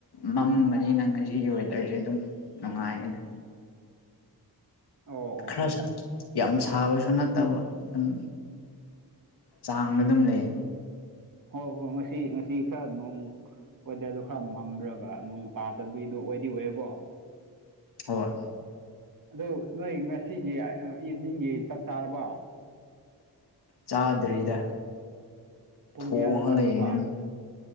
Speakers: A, on the left; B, on the right.
A: ꯃꯝꯕꯅꯤ ꯅꯪ ꯉꯁꯤꯒꯤ ꯋꯦꯗꯔꯁꯦ ꯑꯗꯨꯝ ꯅꯨꯡꯉꯥꯏꯌꯦ
B: ꯑꯣ ꯑꯣ
A: ꯈꯔꯁ
B: ꯍꯣꯏ ꯍꯣꯏ
A: ꯌꯥꯝ ꯁꯥꯕꯁꯨ ꯅꯠꯇꯕ ꯑꯗꯨꯝ ꯆꯥꯡꯗ ꯑꯗꯨꯝ ꯂꯩ
B: ꯍꯣꯏ ꯍꯣꯏ ꯉꯁꯤ ꯉꯁꯤ ꯈꯔ ꯅꯣꯡ ꯑꯣꯗꯔꯗꯨꯣ ꯈꯔ ꯃꯝ꯭ꯔꯒ ꯅꯅꯨꯡ ꯇꯥꯗꯕꯕꯤꯗꯣ ꯑꯣꯏꯗꯤ ꯑꯣꯏꯌꯦꯀꯣ
A: ꯍꯣꯏ
B: ꯑꯗꯨ ꯅꯣꯏ ꯉꯁꯤꯒꯤ ꯏꯚꯅꯤꯡꯒꯤ ꯆꯥꯛꯇꯥꯥꯔꯕꯣ
A: ꯆꯥꯗ꯭ꯔꯔꯤꯗ
B: ꯄꯨꯡ
A: ꯊꯣꯡꯉ
B: ꯀꯌꯥꯗ ꯆꯥꯒꯗꯧꯕ
A: ꯂꯩꯔꯤꯅꯤ